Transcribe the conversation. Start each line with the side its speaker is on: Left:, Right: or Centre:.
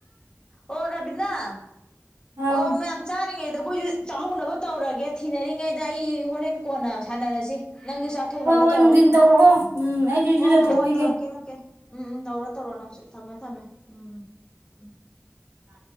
Left: ꯑꯣ ꯔꯕꯤꯅꯥ
Right: ꯑꯥ
Left: ꯑꯣ ꯃ ꯑ ꯑꯩꯈꯣꯏꯁꯨ ꯆꯥꯛꯍꯅꯕ ꯇꯧꯔꯒꯦ ꯊꯤꯅꯔꯤꯉꯩꯗ ꯑꯩ ꯍꯣꯔꯦꯟ ꯀꯣꯟꯅ ꯁꯥꯟꯅꯔꯁꯤ ꯅꯪꯁꯨ ꯆꯥꯊꯣꯛꯅꯕ
Right: ꯍꯣꯏ ꯍꯣꯏ
Left: ꯇꯧꯔꯣ
Right: ꯅꯨꯡꯊꯤꯟ ꯇꯧꯔꯛꯑꯣ ꯎꯝ ꯑꯩꯁꯨ ꯏꯔꯨꯖꯊꯣꯛꯎꯈꯤꯒꯦ
Left: ꯍꯣ ꯍꯣꯏ ꯍꯣꯏ ꯇꯧꯔꯛꯀꯦ ꯅꯪꯀꯦ ꯎꯝ ꯎꯝ ꯇꯧꯔꯣ ꯇꯧꯔꯣ ꯅꯪꯁꯨ ꯊꯝꯃꯦ ꯊꯝꯃꯦ ꯎꯝ ꯎꯝ
Right: ꯑ